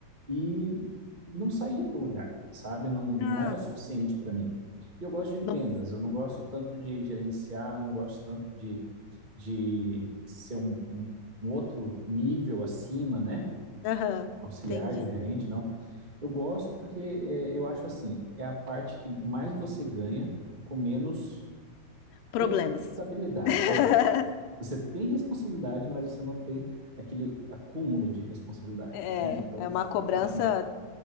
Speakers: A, on the right (about 20°); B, on the left (about 85°).
A: e não saía do lugar, sabe? Não, não
B: Ah,
A: era suficiente para mim. E eu gosto de vendas,
B: não-
A: eu não gosto tanto de gerenciar, eu não gosto tanto de, de ser um, um um outro nível acima, né?
B: Aham,
A: auxiliar
B: entendi.
A: do gerente, não. Eu gosto porque é, eu acho assim, é a parte que mais você ganha com menos
B: Problemas.
A: responsabilidade.
B: <laughs>
A: É, você tem responsabilidade, mas você não tem aquele acúmulo de responsabilidade,
B: É,
A: né? Então,
B: é uma cobrança
A: eu acho